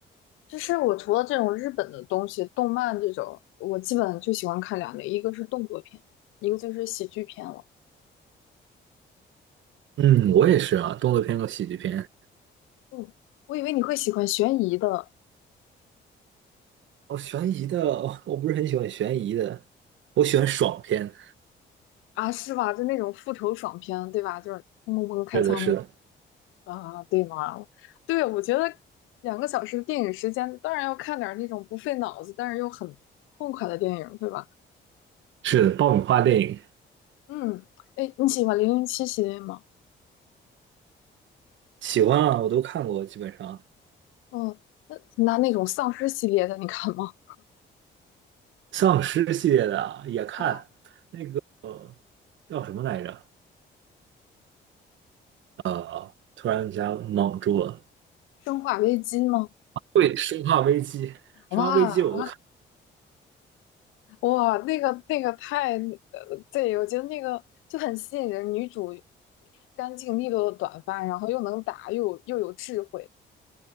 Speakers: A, on the left; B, on the right.
A: 就是我除了这种日本的东西，动漫这种，我基本就喜欢看两类，一个是动作片，一个就是喜剧片了。
B: 嗯，我也是啊，动作片和喜剧片。
A: 嗯，我以为你会喜欢悬疑的
B: 哦，悬疑的，<laughs> 我我不是很喜欢悬疑的，我喜欢爽片。
A: 啊，是吧？就那种复仇爽片，对吧？就是砰砰砰开枪那。
B: 是的，是的，
A: 啊，对吗？对，我觉得两个小时的电影时间，当然要看点儿那种不费脑子，但是又很痛快的电影，对吧？
B: 是的，爆米花电影
A: 嗯，哎，你喜欢《零零七》系列吗？
B: 喜欢啊，我都看过，基本上
A: 嗯，那那那种丧尸系列的，你看吗？
B: 丧尸系列的啊也看。
A: 嗯，
B: 呃叫什么来着？呃，突然一下懵住了。
A: 《生化危机》吗？
B: 对，《生化危机》，
A: 哇
B: 《生化危机》我都看。
A: 哇，那个那个太，呃，对，我觉得那个就很吸引人。女主干净利落的短发，然后又能打，又有又有智慧，